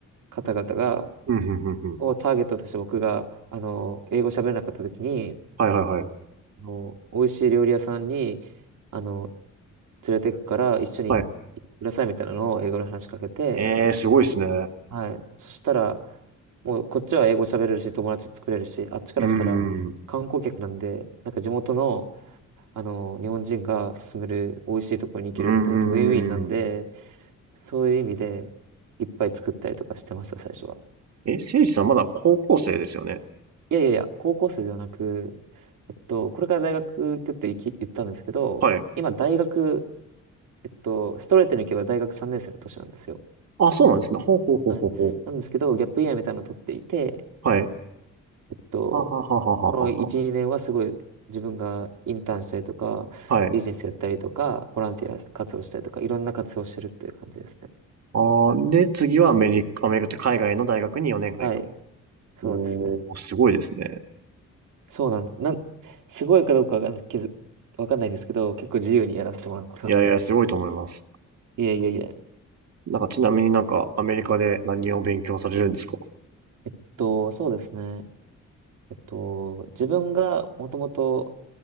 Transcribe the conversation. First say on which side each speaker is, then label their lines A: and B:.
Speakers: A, on the right; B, on the right.
A: 方々が、
B: うん、うん、うん、うん。
A: をターゲットとして僕が、あの、英語喋れなかった時に、
B: はいはいはい。
A: あの、美味しい料理屋さんに、あの、連れて行くから一緒に行ってくださいみたいなのを英語で話しかけて、
B: はい。ええ、すごいですね。
A: はい。そしたら、もうこっちは英語喋れるし、友達作れるし、あっちからしたら観光客なんで、
B: うん、うん、
A: なんか地元の、あの、日本人が勧める美味しいところに行けるってなるとウィンウィンなんで、
B: うん。うん
A: そういう意味でいっぱい作ったりとかしてました、最初は。
B: え、せいじさんまだ高校生ですよね。
A: いやいやいや、高校生ではなく、えっと、これから大学行くって言き言ったんですけど、
B: はい。
A: 今大学、えっと、ストレートに行けば大学3年生の年なんですよ。
B: あ、そうなんですね。ほうほうほうほうほう。
A: はい。なんですけど、ギャップイヤーみたいなのを取っていて、
B: はい。
A: えっと、
B: はははははは
A: この1、2年はすごい自分がインターンしたりとか、
B: は。はい。
A: ビジネスやったりとか、ボランティア活動したりとか、いろんな活動をしてるっていう感じですね。
B: あーで、次はアメリカ、アメリカって海外の大学に4年間行く。
A: はい。そうですね。
B: おー、すごいですね。
A: そうなん、なん、すごいかどうかわかんないけど、わかんないんですけど、結構自由にやらせてもらってますね。
B: いやいや、すごいと思います。
A: いえいえいえ。
B: なんか、ちなみになんか、アメリカで何を勉強されるんですか
A: えっと、そうですね。えっと、自分がもともと